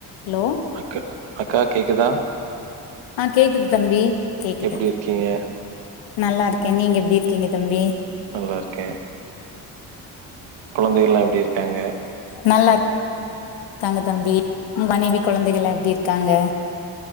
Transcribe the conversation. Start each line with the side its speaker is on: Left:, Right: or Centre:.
Left: Hello
Right: அக்க அக்கா கேக்குதா
Left: ஆ கேட்குது தம்பி கேக்குது
Right: எப்டி இருக்கீங்க?
Left: நல்லா இருக்கே நீங்க எப்டி கேங்க தம்பி
Right: நல்லா இருக்கே குழந்தை எல்லா எப்டி இருக்காங்க
Left: நல்லர் க்காங்க தம்பி மு மனைவி குழந்தைகள்லா எப்டி இருக்காங்க